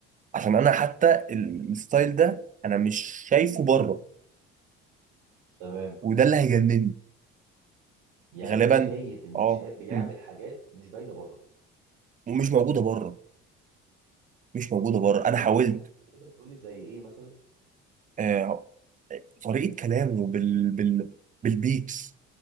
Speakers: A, on the right; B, on the right.
A: عشان أنا حتى ال- الستايل ده أنا مش شايفه بره
B: تمام
A: وده اللي هيجنني
B: يعني
A: غالبا
B: انت شايف ان
A: اه
B: الشهاب بيعمل
A: مم.
B: حاجات مش باينه بره
A: ومش موجوده بره مش موجوده بره
B: تقدر
A: انا حاولت
B: تقول تقدر تقول لي زي ايه مثلا
A: آه طريقه كلامه بال بال بالبيتس